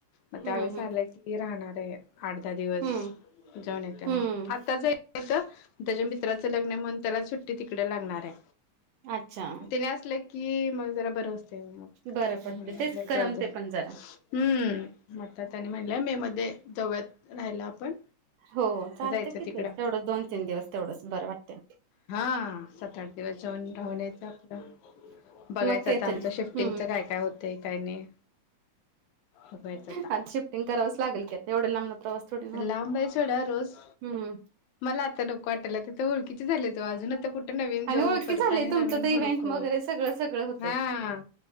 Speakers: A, on the left; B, on the right.
A: मग
B: हम्म
A: त्यावेळेस
B: हम्म
A: आलं की राहणार ये. आठ दहा दिवस
B: हम्म
A: जाऊन येते मग,
B: हम्म
A: आत्ताच येत. त्याच्या मित्राचं लग्न ये म्हणून त्याला सुट्टी तिकडे लागणार आहे.
B: अच्छा!
A: ते असल की मग जरा बर असतय. म्हणून
B: बरं पडते
A: म्हटलं
B: तेच करमते
A: जाऊ दे, हम्म.
B: पण जरा
A: मग आत्ता त्यांनी म्हणलाय मे मध्ये जाऊयात राहायला आपण
B: हो चालते
A: मग जायचं
B: कि
A: तिकडं
B: तेवढं दोन-तीन दिवस तेवढंच बरं वाटते.
A: हा सात-आठ दिवस जाऊन राहून यायचं आपलं बघायचं
B: मग काहीतरी
A: आता आमच शिफ्ट शिफ्टिंगच
B: हम्म
A: काय काय होते काय नाही. बघायचं आता
B: आज शिफ्टिंग करावच लागेल की एवढ्या लांबन प्रवास थोडी ना होत.
A: लांब आहे सोडा रोज
B: हम्म
A: मला आत्ता नको वाटलाय आता तिथं ओळखीचे झालेत ओ अजून आता कुठ कुठं नवीन
B: आणि
A: जाऊ
B: ओळखी
A: परत
B: झाले
A: आणि
B: तुमचं
A: नवीन
B: तर इव्हेंट
A: हुडकू,
B: वगैरे सगळं सगळं होतंय
A: हा.